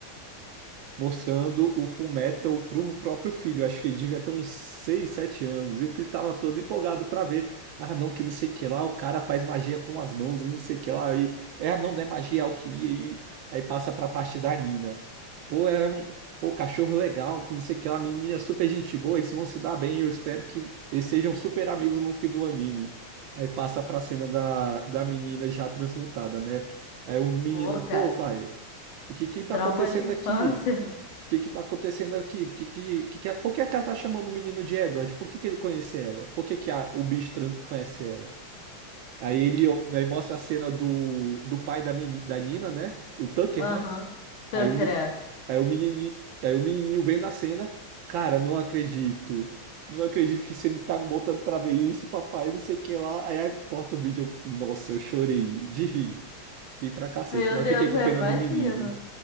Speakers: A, on the right; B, on the left.
A: mostrando o Fullmetal pro próprio filho. Acho que ele devia ter uns 6, 7 anos. E o filho tava todo empolgado pra ver. Ah, não, que não sei o que lá, o cara faz magia com as mãos e não sei o que lá. E, é, não, não é magia, é alquimia. E aí passa pra parte da Nina. Pô, é um pô, cachorro legal, não sei o que lá, menina super gente boa, eles vão se dar bem. Eu espero que eles sejam super amigos no fim do anime. Aí passa pra cena da, da menina já transmutada, né? Aí o menino,
B: Pô, cara,
A: pô, pai, o que que tá
B: trauma
A: acontecendo
B: de infância.
A: aqui? que que tá acontecendo aqui? Que que, que, que a- por que a Kata tá chamando o menino de Edward? Por que que ele conhece ela? Por que que a- o bicho trans conhece ela? Aí ele ó, aí mostra a cena do, do pai da, meni, da Nina, né? O Tucker,
B: Aham,
A: né?
B: tô
A: Aí
B: querendo.
A: o, me- aí o menininho, aí o menininho vem na cena. Cara, não acredito. Não acredito que você me tá me botando pra ver isso, papai, não sei o que lá. Aí aí corta o vídeo. eu- Nossa, eu chorei de rir. Ri pra cacete,
B: Meu
A: mas
B: Deus,
A: fiquei com
B: eu
A: pena
B: imagino.
A: do menino.